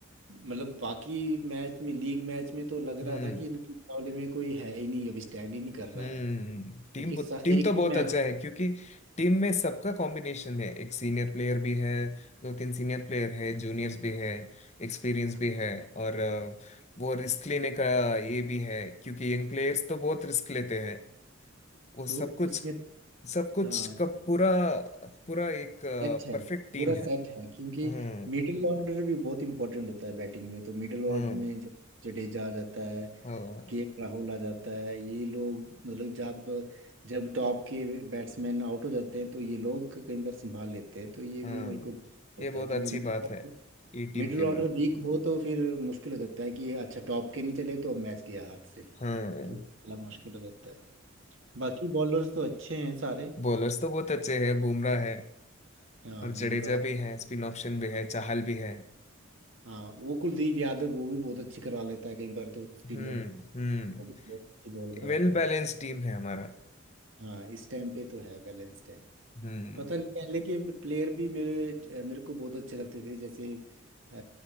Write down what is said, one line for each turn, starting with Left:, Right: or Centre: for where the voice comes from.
Right: मतलब बाकी मैच में लीग मैच में तो लग
Left: हम्म
Right: रहा था कि इनके मुकाबले में कोई है ही नहीं अभी स्टैंड ही नहीं कर
Left: हम्म
Right: रहा है क्योंकि
Left: टीम
Right: सा-
Left: टीम
Right: एक
Left: तो बहुत
Right: ही मैच
Left: अच्छा है क्योंकि टीम में सबका कॉम्बिनेशन है एक सीनियर प्लेयर भी है दो तीन सीनियर प्लेयर है जूनियर्स भी है एक्सपीरियंस
Right: था
Left: भी है और अ, वो रिस्क लेने का ये भी है क्योंकि यंग प्लेयर्स तो बहुत रिस्क लेते हैं वो
Right: तो
Left: सब कुछ
Right: उसमें
Left: सब कुछ
Right: हाँ
Left: का पूरा पूरा एक
Right: सेट है
Left: परफेक्ट टीम
Right: पूरा
Left: है
Right: सेट है क्योंकि
Left: हम्म
Right: मिडिल ऑर्डर भी बहुत इंपॉर्टेंट होता है बैटिंग में तो मिडिल ऑर्डर
Left: हम्म
Right: में जो जडेजा आ जाता है
Left: हाँ
Right: के एल राहुल आ जाता है ये लोग मतलब जब जब टॉप के बैट्समैन आउट हो जाते हैं तो ये लोग कई बार संभाल लेते हैं तो ये
Left: हाँ
Right: भी मेरे को लगता
Left: ये बहुत
Right: है क्योंकि
Left: अच्छी बात है ये टीम
Right: मिडिल
Left: के
Right: ऑर्डर
Left: बारे में
Right: वीक हो तो फिर मुश्किल हो जाता है कि अच्छा टॉप के नहीं चले तो अब मैच गया हाथ से
Left: हाँ
Right: तो बड़ा मुश्किल हो जाता है बाकी बॉलर्स तो अच्छे हैं सारे
Left: बॉलर्स तो बहुत अच्छे हैं बुमराह है
Right: हाँ
Left: और
Right: बुमराह
Left: जडेजा भी है स्पिन ऑप्शन
Right: हाँ
Left: भी है चाहल भी है
Right: हाँ, वो कुलदीप यादव वो भी बहुत अच्छी करवा लेता है कई बार तो स्पिनर
Left: हम्म हम्म
Right: वो भी बहुत अच्छी बॉल करवाता
Left: वेल
Right: है
Left: बैलेंस टीम है हमारा
Right: हाँ इस टाइम पे तो है बैलेंस्ड है
Left: हम्म
Right: पता नहीं पहले के प्लेयर भी मेरे मेरे को बहुत अच्छे लगते थे जैसे अ,